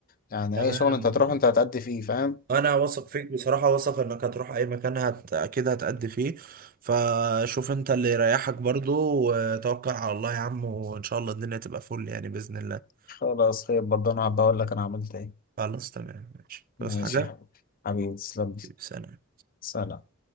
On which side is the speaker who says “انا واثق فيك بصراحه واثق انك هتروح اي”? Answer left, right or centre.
Right